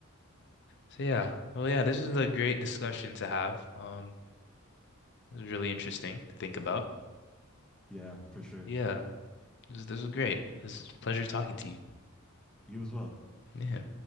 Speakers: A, on the left; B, in the centre.
A: So yeah, well, yeah, this is a great discussion to have. Um, this is really interesting to think about.
B: Yeah, for sure.
A: Yeah, this, this is great. This is a pleasure talking to you.
B: You as well.
A: Yeah.